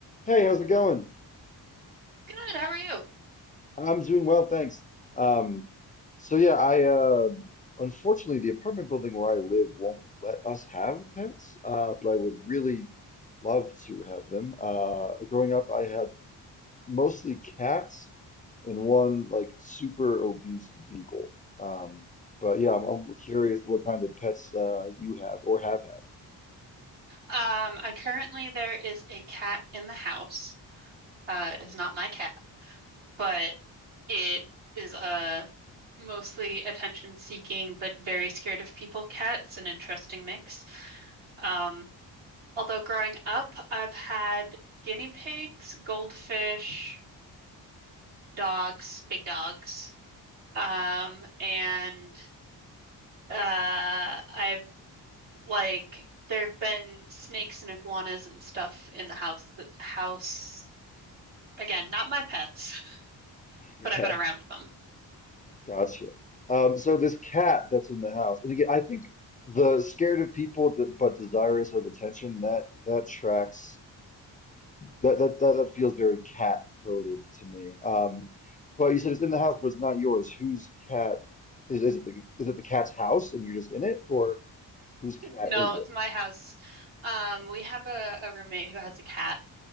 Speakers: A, on the left; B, on the right.
A: Hey, how's it going?
B: Good, how are you?
A: I'm doing well, thanks. Um, so yeah, I uh, unfortunately the apartment building where I live won't let us have pets, uh, but I would really love to have them. Uh, growing up, I had mostly cats and one like super obese beagle. Um, but yeah, I'm, I'm curious what kind of pets uh, you have or have had.
B: Um, I currently there is a cat in the house. Uh, it is not my cat, but it is a mostly attention-seeking but very scared of people cat. It's an interesting mix. Um, although growing up, I've had guinea pigs, goldfish, dogs, big dogs, um, and uh, I've like there have been snakes and iguanas and stuff in the house. The house Again, not my pets,
A: <laughs>
B: but I've been around them.
A: Gotcha. Um, so this cat that's in the house, and again, I think the scared of people that, but desirous of attention, that that tracks that that that, that feels very cat coded to me. Um, but you said it's in the house, but it's not yours. Whose cat is is it the is it the cat's house and you're just in it, or whose cat
B: No,
A: is it?
B: it's my house. Um, we have a, a roommate who has a cat.